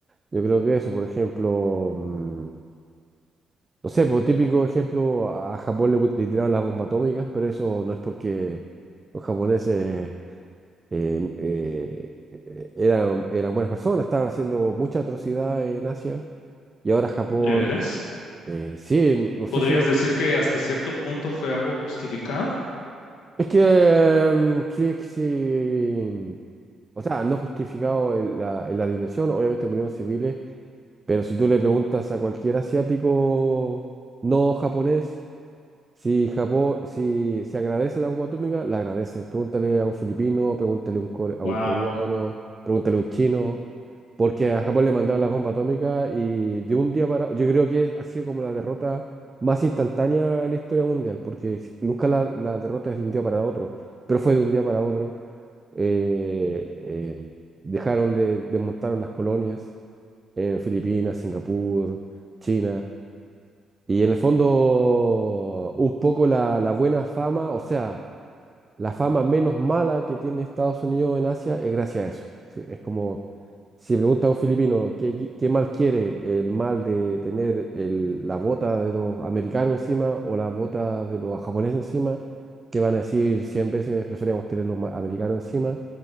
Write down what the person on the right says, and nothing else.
Yo creo que eso, por ejemplo. mm, no sé, por típico ejemplo, a Japón le, pu- le tiraron las bombas atómicas, pero eso no es porque los japoneses eh, eh, eh, eran, eran buenas personas, estaban haciendo mucha atrocidad en Asia. Y ahora Japón,
eh, sí, n- no sé
si...
Es que mm, sí, sí... O sea, no justificado en la, en la dimensión, obviamente murieron civiles, pero si tú le preguntas a cualquier asiático no japonés, Si Japón, si, si agradece la bomba atómica, la agradece. Pregúntale a un filipino, pregúntale a un, core- a
un coreano, pregúntale a un chino, porque a Japón le mandaron las bombas atómicas y de un día para... Yo creo que ha sido como la derrota más instantánea en la historia mundial, porque nunca la, la derrota es de un día para otro, pero fue de un día para otro. Eh, eh, dejaron de, desmontaron las colonias en Filipinas, Singapur, China. Y en el fondo, un poco la, la buena fama, o sea, la fama menos mala que tiene Estados Unidos en Asia es gracias a eso. Sí, es como si pregunta a un filipino qué, qué- qué mal quiere, el mal de tener el- la bota de los americanos encima o la bota de los japoneses encima, te van a decir 100 veces preferimos tener los ma- americanos encima